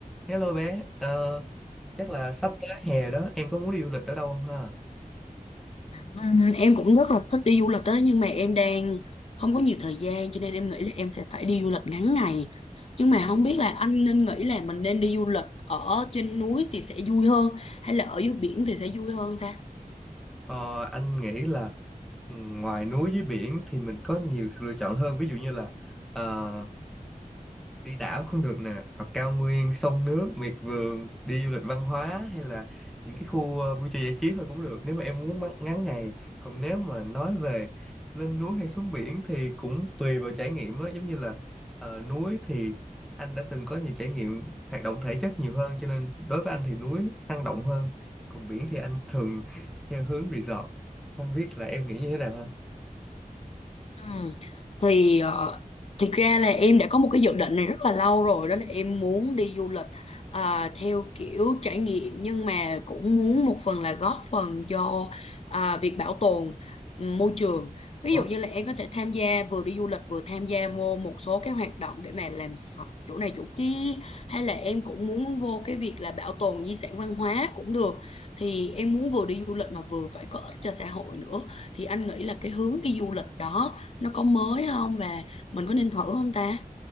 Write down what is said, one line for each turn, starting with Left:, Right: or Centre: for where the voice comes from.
Centre: Hello bé, ờ, chắc là sắp tới hè đó, em có muốn đi du lịch ở đâu không ha?
Left: Ừm, em cũng rất là thích đi du lịch đó nhưng mà em đang không có nhiều thời gian cho nên em nghĩ là em sẽ phải đi du lịch ngắn ngày nhưng mà không biết là anh nên nghĩ là mình nên đi du lịch ở trên núi thì sẽ vui hơn hay là ở dưới biển thì sẽ vui hơn ta
Centre: Ờ, anh nghĩ là ừ, ngoài núi với biển thì mình có nhiều sự lựa chọn hơn, ví dụ như là ờ, đi đảo cũng được nè hoặc cao nguyên sông nước miệt vườn đi du lịch văn hóa hay là những cái khu ờ, vui chơi giải trí thôi cũng được nếu mà em muốn mắc- ngắn ngày còn nếu mà nói về lên núi hay xuống biển thì cũng tùy vào trải nghiệm á giống như là ờ, núi thì anh đã từng có nhiều trải nghiệm hoạt động thể chất nhiều hơn cho nên đối với anh thì núi năng động hơn còn biển thì anh thường theo hướng resort không biết là em nghĩ như thế nào ha
Left: Ừ. Thì ờ, thực ra là em đã có một cái dự định này rất là lâu rồi đó là em muốn đi du lịch à, theo kiểu trải nghiệm nhưng mà cũng muốn một phần là góp phần cho à, việc bảo tồn ừ, môi trường. Ví
Centre: ủa
Left: dụ như là em có thể tham gia vừa đi du lịch vừa tham gia vô một số cái hoạt động để mà làm sạch chỗ này chỗ kia hay là em cũng muốn vô cái việc là bảo tồn di sản văn hóa cũng được. Thì em muốn vừa đi du lịch mà vừa phải có ích cho xã hội nữa thì anh nghĩ là cái hướng đi du lịch đó nó có mới không và mình có nên thử không ta